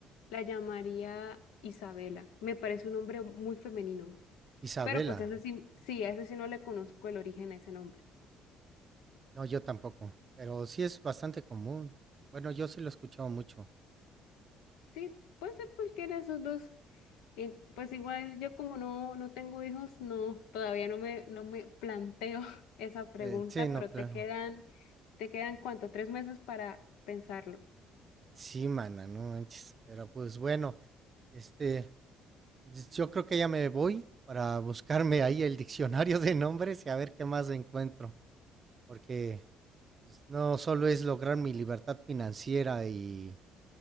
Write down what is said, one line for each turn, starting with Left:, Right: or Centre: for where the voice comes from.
Left: La llamaría Isabela. Me parece un nombre muy femenino.
Right: Isabela.
Left: Pero pues ese sí, sí, a ese sí no le conozco el origen a ese nombre.
Right: No, yo tampoco. Pero sí es bastante común. Bueno, yo sí lo he escuchado mucho.
Left: Sí, puede ser cualquiera de esos dos. Y pues igual yo como no, no tengo hijos, no, todavía no me, no me planteo <laughs> esa pregunta,
Right: Eh, sí, no,
Left: pero
Right: claro.
Left: te quedan, te quedan ¿cuánto? Tres meses para pensarlo.
Right: Sí, mana, no manches. Pero pues bueno, este, pues yo creo que ya me voy para buscarme ahí el diccionario de nombres y a ver qué más encuentro. Porque Pues, No solo es lograr mi libertad financiera y